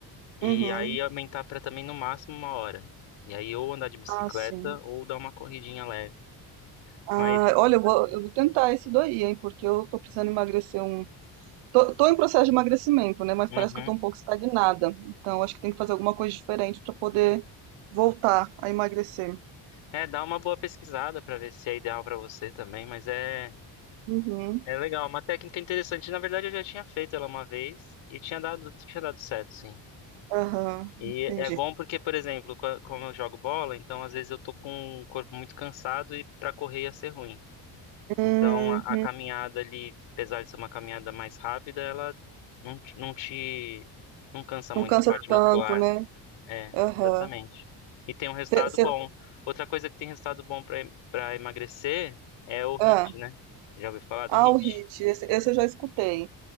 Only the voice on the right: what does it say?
uhum.
Ah, sim.
Ah,
olha, eu vou, eu vou tentar isso daí, hein, porque eu tô precisando emagrecer um. Tô, tô em processo de emagrecimento, né, mas
parece que eu tô um pouco estagnada. Então, acho que tem que fazer alguma coisa diferente para poder voltar a emagrecer.
Uhum,
aham,
entendi.
Uhum.
Não cansa
tanto,
né?
Aham.
Cê- cê-
ah,
ah,
o HIIT, esse, esse eu já escutei.